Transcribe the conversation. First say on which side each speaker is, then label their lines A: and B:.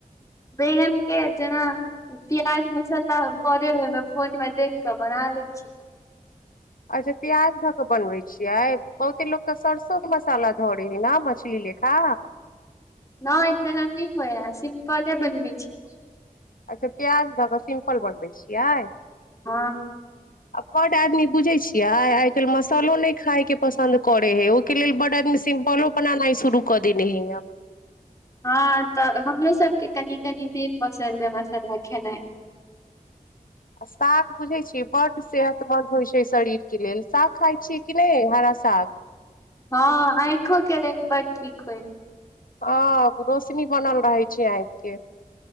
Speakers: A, on the left (about 20°); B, on the left (about 70°).
A: बैगनके जेना प्याज मसाला पे ओयमे फोनमे देख कऽ बना लै छीयै
B: अच्छा प्याज धऽ कऽ बनबै छियै बहुते लोक तऽ सरसों के मसाला ध रहे हइ ने मछली लेखा
A: न इतना न होइ आ सिम्पले बनब छै।
B: अच्छा प्याज दऽ कऽ सिम्पल बनबै छियै
A: हँ
B: आ बड्ड आदमी बुझै छियैइ आइ काल्हि मसालो नहि खायके पसन्द करै हइ ओहिके लेल बड्ड आदमी सिम्पलो बनेनाइ शुरू कऽ देने हइए।
A: हँ तऽ हमरो सभके कनि कनि नइ पसन्द यए मसाला खेनाइ
B: आ साग बुझैत छियै बड्ड सेहतमन्द होइ छै शरीरके लेल साग खाइ छियै कि नहि हरा साग
A: हँ आँखओं के लेल बड ठीक होइ हे
B: हँ रोशनी बनल रहै छै आँखि कऽ